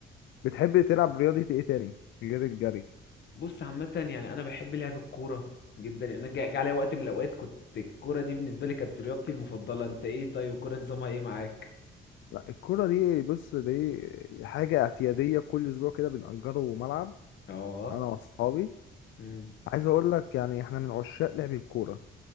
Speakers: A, on the left; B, on the left.
A: بتحب تلعب رياضة ايه تاني غير الجري
B: بص عامة يعني أنا بحب لعب الكورة جدا يعني أنا جا جا عليا وقت من الأوقات كنت الكورة دي بالنسبة لي كانت رياضتي المفضلة أنت إيه طيب الكورة نظامها إيه معاك؟
A: لا الكرة دي بص دي حاجة اعتيادية كل أسبوع كده بنأجره ملعب
B: أه
A: أنا وأصحابي
B: أمم.
A: عايز أقول لك يعني إحنا من عشاق لعب الكورة